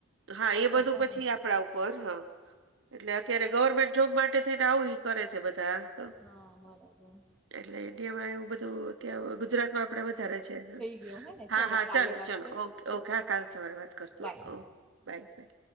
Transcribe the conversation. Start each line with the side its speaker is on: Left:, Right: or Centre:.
Right: હા એ
Centre: તો
Right: બધું
Centre: પણ
Right: પછી આપડા ઉપર હા એટલે અત્યારે ગવર્મેન્ટ જોબ માટે થઈ આવું કરે છે બધા તો
Centre: હા બરાબર
Right: એટલે ઈન્ડિયામાં એવું બધું ત્યાં ગુજરાત માં આપડે વધારે છે.
Centre: યો હે ને ચાલો
Right: હા હા
Centre: કાલે
Right: ચાલો
Centre: વાત
Right: ચાલો
Centre: કરી
Right: ઓકે ઓકે હા કાલ સવારે વાત કરશું
Centre: બાય
Right: ઓકે બાય બાય